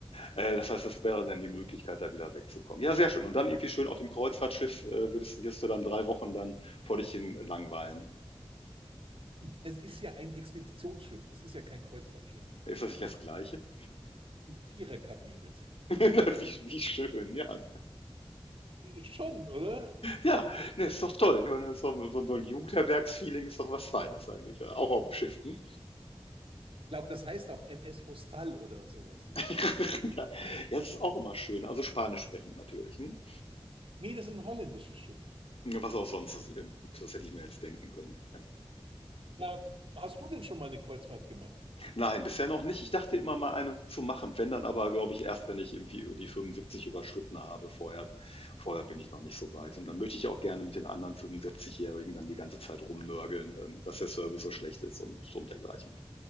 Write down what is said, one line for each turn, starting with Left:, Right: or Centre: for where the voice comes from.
Left: Äh, das heißt, das wäre dann die Möglichkeit, da wieder wegzukommen. Ja, sehr schön. Und dann irgendwie schön auf dem Kreuzfahrtschiff äh, würdest, wirst du dann drei Wochen dann vor dich hin langweilen.
Right: Es ist ja ein Expeditionsschiff, es ist ja kein Kreuzfahrtschiff.
Left: Ist das nicht
Right: Mit
Left: das Gleiche?
Right: in Viererkabinen.
Left: <laughs> wie, wie schön, ja.
Right: Schon, oder?
Left: Ja, ne, ist doch toll. Ich meine, so, so, so ein Jugendherbergsfeeling ist doch was Feines eigentlich. Ja. Auch auf dem Schiff. Hm?
Right: glaube, das heißt auch MS Hostal oder sowas, dieses
Left: <laughs>
Right: Schiff. Ja.
Left: ja, ja, das ist auch immer schön. Also Spanisch sprechend natürlich. Hm?
Right: Nee, das ist ein holländisches Schiff.
Left: Was auch sonst. Das, gut, das hätte ich mir jetzt denken können. Ja.
Right: Ja, hast du denn schon mal eine Kreuzfahrt gemacht?
Left: Nein, bisher noch nicht. Ich dachte immer mal eine zu machen, wenn dann aber, glaube ich, erst, wenn ich irgendwie die 75 überschritten habe. Vorher, vorher bin ich noch nicht so weit. Und dann möchte ich auch gerne mit den anderen 75-Jährigen dann die ganze Zeit rumnörgeln, ähm, dass der Service so schlecht ist und, so und dergleichen.